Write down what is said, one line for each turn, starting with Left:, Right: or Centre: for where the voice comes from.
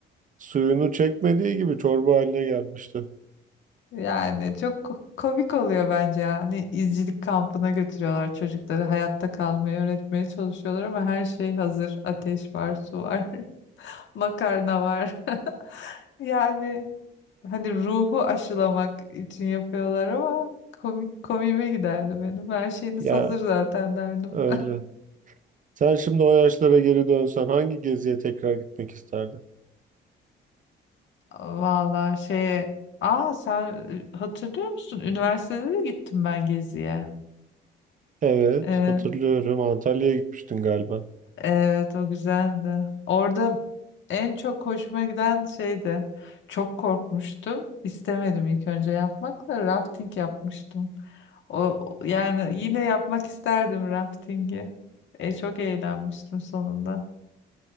Right: Suyunu çekmediği gibi çorba haline gelmişti.
Left: Yani çok ko- komik oluyor bence ya. Hani izcilik kampına götürüyorlar çocukları. Hayatta kalmayı öğretmeye çalışıyorlar ama her şey hazır. Ateş var, su var. <laughs> Makarna var. <laughs> Yani hani ruhu aşılamak için yapıyorlar ama komik komiğime giderdi benim. Her şeyiniz
Right: Ya
Left: hazır zaten derdim.
Right: öyle. Sen şimdi o yaşlara geri dönsen hangi geziye tekrar gitmek isterdin?
Left: <laughs> Vallahi şeye... Aa sen e, hatırlıyor musun? Üniversitede de gittim ben geziye.
Right: Evet
Left: Ee,
Right: hatırlıyorum Antalya'ya gitmiştin galiba.
Left: Evet o güzeldi. Orada en çok hoşuma giden şeydi. Çok korkmuştum. İstemedim ilk önce yapmak da rafting yapmıştım. O yani yine yapmak isterdim raftingi. E, çok eğlenmiştim sonunda.